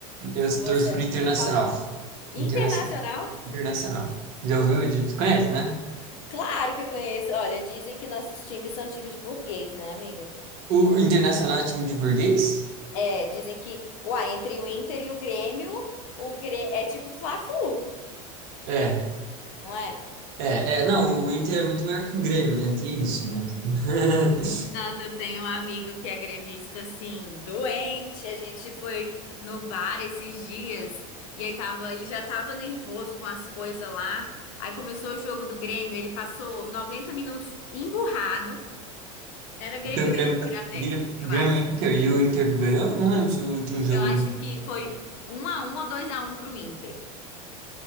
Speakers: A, on the right (about 55°); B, on the left (about 70°).
A: Eu
B: Você
A: torço
B: é
A: pro Internacional.
B: São Paulino. Internacional?
A: Internacional. Internacional. Já ouviu? de- Conhece, né?
B: Claro que eu conheço. Olha, dizem que nossos times são times de burguês, né, amigo?
A: O Internacional é time de burguês?
B: É, dizem que, uai, entre o Inter e o Grêmio, o Grê... é tipo Fla-Flu,
A: É.
B: não é?
A: É, é, não, o Inter é muito maior que o Grêmio, né? Tem isso, mas.
B: Nossa,
A: <laughs>
B: eu tenho um amigo que é gremista, assim, doente. A gente foi no bar esses dias e aí tava, ele já tava nervoso com as coisas lá. Aí começou o jogo do Grêmio, ele passou 90 minutos emburrado. Era Grêmio
A: Porque o
B: e
A: Grêmio,
B: Inter
A: tá...
B: até,
A: Grêmio
B: eu
A: Grêmio
B: acho.
A: e Inter e o Inter ganhou? Eu Não lembro se foi o último jogo.
B: Eu acho que foi um a um ou dois a um pro Inter.